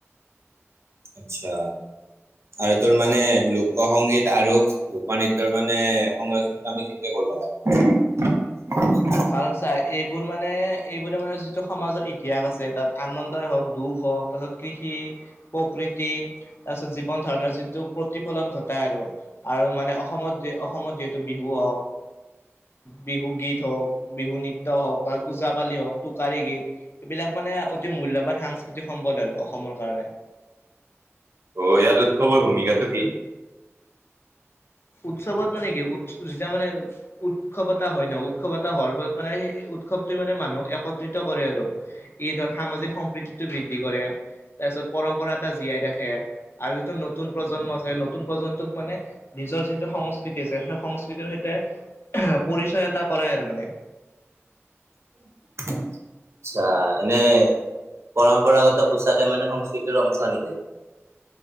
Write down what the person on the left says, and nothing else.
<unintelligible> চা এইবোৰ মানে এইবোৰে মানে যিটো সমাজৰ ইতিহাস আছে তাত আনন্দই হওক দুখ হওক তাৰপিছত কৃষি প্ৰকৃতি তাৰ পিছত জীৱন ধাৰণৰ যিটো প্ৰতি প্ৰতিফলন ঘটাই আৰু আৰু মানে অসমত অসমত যিহেতু বিহু হওক বিহু গীত হওক বিহু নৃত্য হওক ওজাপালি হওক টোকাৰী গীত এইবিলাক মানে অতি মূল্যবান সাংস্কৃতিক সম্পদ আৰু অসমৰ কাৰণে
উৎসৱত মানে কি উৎ যেতিয়া মানে উৎসৱ এটা হয় ন উৎ উৎসৱ এটা হোৱাৰ ফলত মানে সেই উৎসৱ টোৱে মানে মানুহক একত্ৰিত কৰে আৰু ই ধৰ সামাজিক সম্প্ৰীতিটো বৃদ্ধি কৰে তাৰপিছত পৰম্পৰা এটা জীয়াই ৰাখে আৰু যিটো নতুন প্ৰজন্ম আছে নতুন প্ৰজন্মটোক মানে নিজৰ যিটো সংস্কৃতি আছে সেই সংস্কৃতিৰ সৈতে পৰিচয় এটা কৰাই আৰু মানে